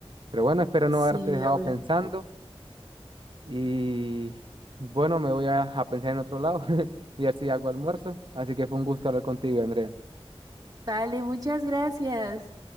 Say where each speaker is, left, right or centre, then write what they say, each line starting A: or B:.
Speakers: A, on the right; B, on the right.
A: Pero bueno, espero no
B: sí,
A: haberte dejado
B: obvio.
A: pensando y bueno, me voy a, a pensar en otro lado, <laughs> y a ver si hago almuerzo. Así que fue un gusto hablar contigo, Andrea.
B: Vale, muchas gracias.